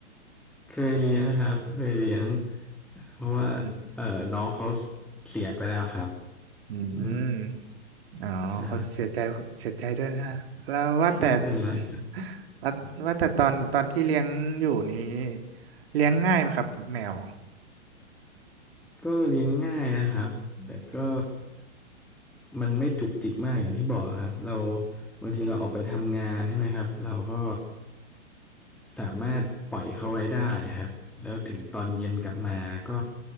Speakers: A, in the centre; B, on the right.
A: เคยเลี้ยงครับเคยเลี้ยงเพราะว่าเอ่อน้องเขา
B: อืม
A: เสียไปแล้วครับ
B: อืม
A: อืม
B: อ๋อเขาเสียใจเสียใจด้วยนะฮะแล้วว่าแต่
A: ใช่ ไม่เป็นไรครับ
B: <laughs> แล้วว่าแต่ตอนตอนที่เลี้ยงอยู่นี้เลี้ยงง่ายไหมครับแมว
A: ก็เลี้ยงง่ายนะครับแต่ก็ มันไม่จุกจิกมากอย่างที่บอกครับเราบางทีเราออกไปทำงานใช่ไหมครับเราก็สามารถปล่อยเขาไว้ได้ครับแล้วถึงตอนเย็นกลับมาก็